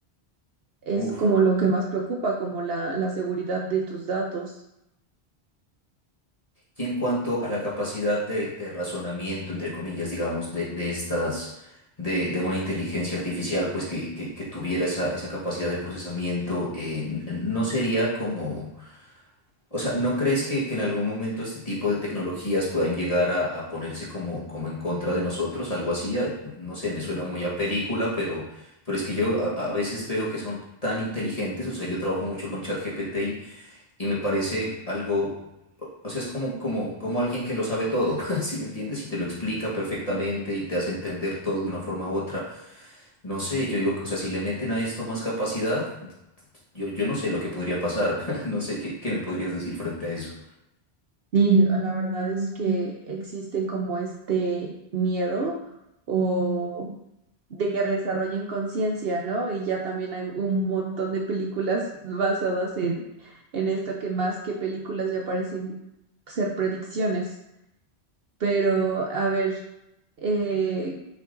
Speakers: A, on the right; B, on the left.
A: es
B: Uf.
A: como lo que más preocupa, como la, la seguridad de tus datos.
B: Y en cuanto a la capacidad de, de razonamiento, entre comillas, digamos, de, de estas, de, de una inteligencia artificial, pues que, que- que tuviera esa, esa capacidad de procesamiento, eh, n- no sería como o sea, ¿no crees que, que en algún momento este tipo de tecnologías puedan llegar a, a ponerse como, como en contra de nosotros? Algo así, a- no sé, me suena muy a película, pero, pero es que yo a, a veces veo que son tan inteligentes, o sea, yo trabajo mucho con ChatGPT y, y me parece algo, o sea, es como, como, como alguien que lo sabe todo, <laughs> si me entiendes? Y te lo explica perfectamente y te hace entender todo de una forma u otra. No sé, yo digo, o sea, si le meten a esto más capacidad, yo, yo no sé lo que podría pasar, <laughs> no sé qué, qué me podrías decir frente a eso.
A: Sí, la verdad es que existe como este miedo o de que desarrollen conciencia, ¿no? Y ya también hay un montón de películas basadas en, en esto que más que películas ya parecen ser predicciones pero a ver, eh,